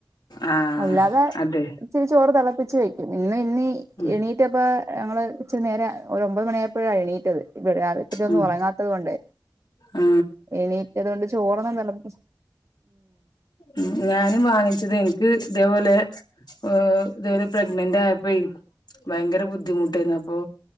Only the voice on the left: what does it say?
ആഹ്
അതെ
ഉം
ഉം
ആ
ഉ ഞാനും വാങ്ങിച്ചത് എനിക്ക് ഇതേപോലെ ഉ ഓ ഇതരു പ്രഗ്നന്റ് ആയപോ വൈ ഭയങ്കര ബുദ്ധിമുട്ടായിന്നപ്പോ